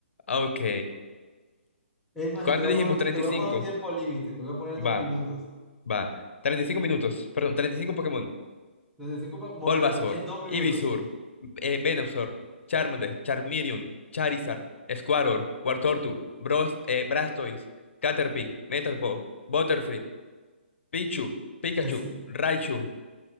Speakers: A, on the left; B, in the centre.
A: Ok.
B: Es más,
A: ¿Cuánto
B: y te voy
A: dijimos?
B: a poner un, ti-
A: Treinta
B: te voy
A: y cinco.
B: a poner un tiempo límite, te voy a poner dos
A: Va,
B: minutos.
A: va. 35 minutos. Perdón, Treinta y cinco Pokémon.
B: Entonces, cinco, pa- como
A: Bulbasaur,
B: quedaron en dos minutos.
A: Ivysaur, eh, Venusaur, Charmander, Charmeleon, Charizard, Squirtle, Wartortu, Bros, eh, Blastoise, Caterpie, Metapod, Butterfree, Pichu, Pikachu,
B: Eso,
A: Raichu,